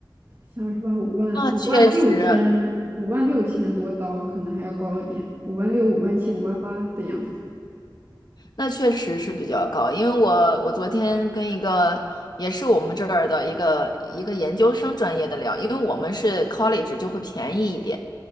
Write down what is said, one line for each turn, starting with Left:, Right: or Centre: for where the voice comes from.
Right: 像是吧五万五万六千五万六千多刀，
Left: 那确实，
Right: 可能还要高一点，五万六五万七五万八的样子。
Left: 那确实是比较高，因为我我昨天跟一个也是我们这儿的一个一个研究生专业的聊，因为我们是 college 就会便宜一点，